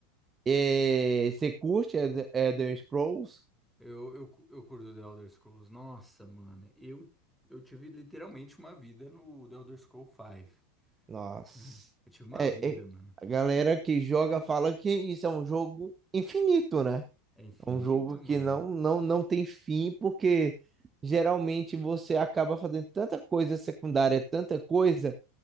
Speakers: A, on the right; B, in the centre.
A: é, você curte Elder Elder Scrolls?
B: Eu, eu, cu- eu curto The Elder Scrolls. Nossa, mano. Eu, eu tive literalmente uma vida no The Elder Scrolls 5.
A: Nossa.
B: né? Eu tive uma
A: É,
B: vida,
A: é,
B: mano.
A: a galera que joga fala que isso é um jogo infinito, né?
B: É infinito,
A: É um jogo que
B: mano?
A: não, não, não tem fim, porque geralmente você acaba fazendo tanta coisa secundária, tanta coisa,